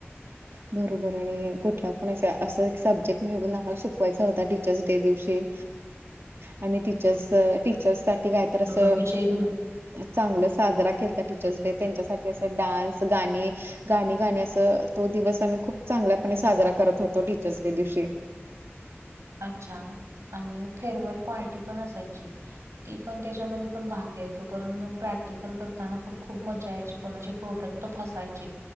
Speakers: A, on the right; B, on the right.
A: बरोबर आणि कुठला पण अस सब्जेक्ट निवडून आम्हाला शिकवायचा होता. टीचर्स डे दिवशी आणि टीचर्स टीचर्स काय तर आस
B: दुर्ग विजयदुर्ग
A: चांगलं साजरा केलत. टीचर्स डे त्यांच्यासाठी असं डान्स गाणी गाणी गान असं तो दिवस आम्ही खूप चांगल्यापणे साजरा करत होतो टीचर्स डे दिवशी.
B: अच्छा आणि फेअरवेल पार्टी पण असायची. ती पण त्याच्यामध्ये पण भाग घ्यायचो प प्रॅक्टिकल करताना पण खूप मज्जा यायची कोणाचे प्रोडक्ट फसायचे.